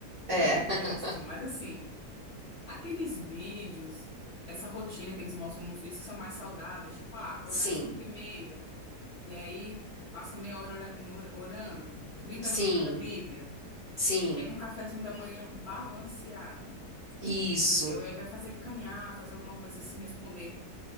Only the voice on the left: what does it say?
Não
isso, mas assim. Aqueles vídeos, essa rotina que eles mostram nos vídeos que são mais saudáveis, tipo, ah, acordar
às 5 e meia, e aí passa meia hora ora- em or- orando, trinta
minutos da Bíblia,
e aí um cafezinho da manhã balanceado,
entendeu? E aí vai fazer caminhar, fazer alguma coisa assim, responder